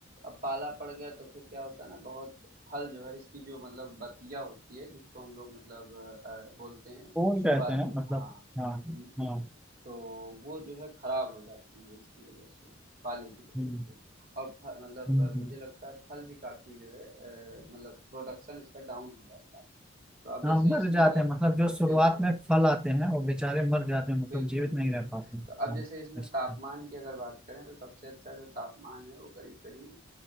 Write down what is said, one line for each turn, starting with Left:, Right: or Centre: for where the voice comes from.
Right: अब पाला पड़ गया तो फिर क्या होता है ना बहुत फल जो है इसकी जो मतलब बतिया होती है जिसको हम लोग मतलब अ, बोलते हैं
Centre: फूल
Right: शुरुआत
Centre: कहते हैं
Right: में
Centre: मतलब
Right: हाँ
Centre: हाँ
Right: हाँ,
Centre: हाँ
Right: तो वो जो है खराब हो जाती है इसकी वजह से पाले की वजह
Centre: हम्म,
Right: से और फ- मतलब
Centre: हम्म,
Right: अ,
Centre: हम्म।
Right: मुझे लगता है फल भी काफी जो है अ, मतलब प्रोडक्शन इसका डाउन हो जाता है तो अब
Centre: हाँ
Right: जैसे
Centre: मर
Right: इसमें
Centre: जाते
Right: अगर
Centre: हैं मतलब जो शुरुआत
Right: बिल्कुल
Centre: में फल आते हैं वो बेचारे मर जाते हैं मतलब
Right: बिल्कुल
Centre: जीवित
Right: बिल्कुल
Centre: नहीं रह पाते हैं
Right: तो अब
Centre: हाँ,
Right: जैसे इसमें
Centre: ऐसे।
Right: तापमान की अगर बात करें तो सबसे अच्छा जो तापमान है वो करीब करीब